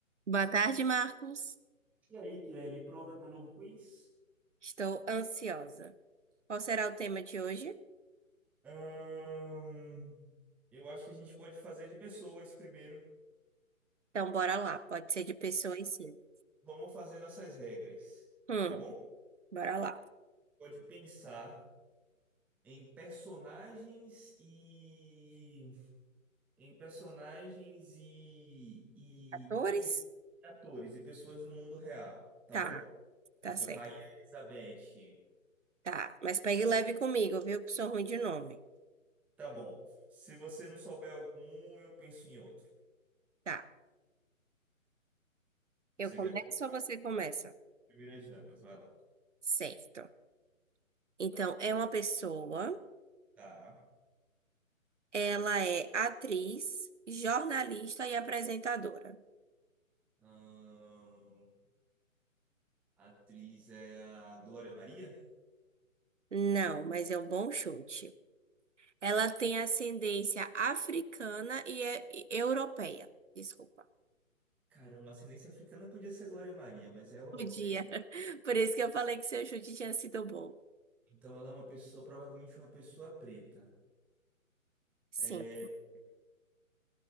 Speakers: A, on the right; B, in the centre.
A: Boa tarde, Marcos.
B: E aí, Kelly, pronta para um novo quiz?
A: Estou ansiosa. Qual será o tema de hoje?
B: Ahn, eu acho que a gente pode fazer de pessoas primeiro.
A: Então, bora lá. Pode ser de pessoas, sim.
B: Vamos fazer nossas regras,
A: Hum,
B: tá bom?
A: bora lá.
B: Pode pensar em personagens e em personagens e, e
A: Atores?
B: pe- atores e pessoas do mundo real, tá
A: Tá,
B: bom?
A: tá
B: Tipo
A: certo.
B: Rainha Elizabeth.
A: Tá, mas pegue leve comigo, viu? Que sou ruim de nome.
B: Tá bom. Se você não souber algum, eu penso em outro.
A: Tá.
B: Você
A: Eu começo
B: quer começar?
A: ou você começa?
B: Primeiras damas, vai lá.
A: Certo. Então, é uma pessoa.
B: Tá.
A: Ela é atriz, jornalista e apresentadora.
B: Ahn, a atriz é a Glória Maria?
A: Não, mas é um bom chute. Ela tem ascendência africana e, é- e europeia. Desculpa.
B: Cara, uma ascendência africana podia ser a Glória Maria, mas é europeia.
A: Podia. <laughs> Por isso que eu falei que seu chute tinha sido bom.
B: Então ela é uma pessoa, provavelmente uma pessoa preta.
A: Sim.
B: É,